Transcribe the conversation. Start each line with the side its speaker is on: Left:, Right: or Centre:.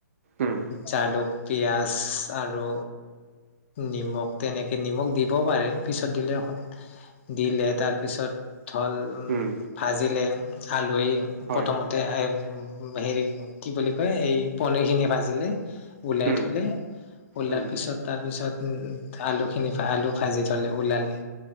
Right: উম,
Left: জালুক, পিয়াঁজ আৰু নিমখ তেনেকৈ নিমখ দিব পাৰে! পিছত দিলে হয়। দিলে তাৰপিছত <unintelligible>
Right: উম,
Left: আজিলে আলহী
Right: হয়
Left: প্ৰথমতে আয় হেৰি কি বুলি কয়, এই পানীৰ খিনি ভাজিলে। উলিয়াই
Right: উম,
Left: থ'লে, উলিয়াৰ
Right: উম।
Left: পিছত, তাৰ পিছত উম, আলু খিনি আলু ভাজি থ'লে ওলালে।